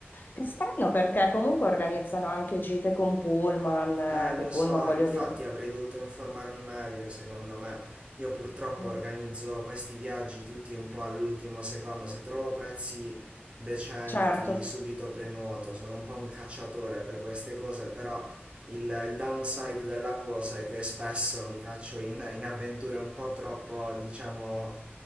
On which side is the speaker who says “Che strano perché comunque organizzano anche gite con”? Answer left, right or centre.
Left